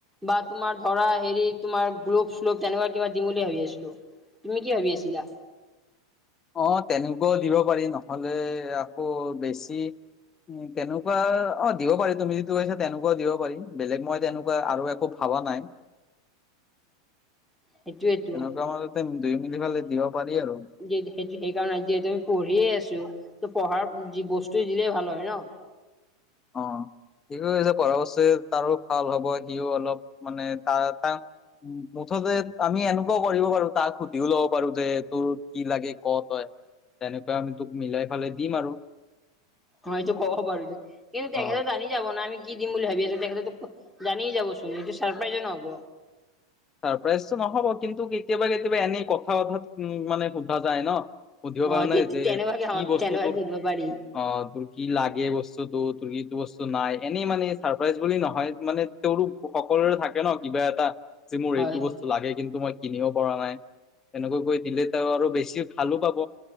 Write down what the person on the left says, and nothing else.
অ', তেনেকুৱাও দিব পাৰি নহলে আকৌ বেছি তেনেকুৱা অ', দিব পাৰি তুমি যিটো কৈছা তেনেকুৱাও দিব পাৰি বেলেগ মই তেনেকুৱা আৰু একো ভাবা নাই।
তেনেকুৱা মাজতে দুই মিলি ফালে দিব পাৰি আৰু।
অ', ঠিকে কৈছা পঢ়া বস্তু তাৰো ভাল হব সিও অলপ মানে তাৰ এটা উম, মুঠতে আমি এনেকুৱাও কৰিব পাৰো তাক সুধিও ল'ব পাৰো যে তোৰ কি লাগে ক তই। তেনেকুৱা আমি তোক মিলাই ফেলাই দিম আৰু।
অ
চাৰপ্ৰাইজটো নহব কিন্তু কেতিয়াবা কেতিয়াবা এনেই কথা বথাত মানে সোধা যায় ন'। সুধিব
পৰো ন যে
কি
বস্তু
তোৰ
অ', তোৰ কি লাগে বস্তুতটো তোৰ কি বস্তু নাই এনেই মানে চাৰপ্ৰাইজ বুলি নহয় মানে তেওঁৰো সকলোৰে থাকে ন কিবা এটা যে মোৰ
এইটো বস্তু লাগে কিন্তু মই কিনিব পৰা নাই তেনেকৈ কৰি দিলে তেওঁ আৰু বেছি ভালো পাব।